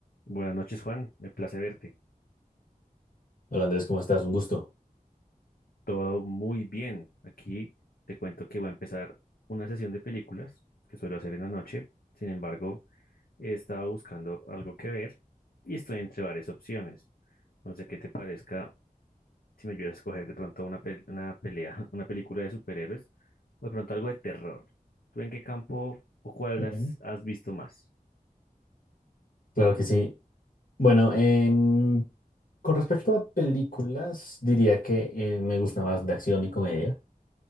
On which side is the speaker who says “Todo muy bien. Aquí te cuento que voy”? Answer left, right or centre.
Left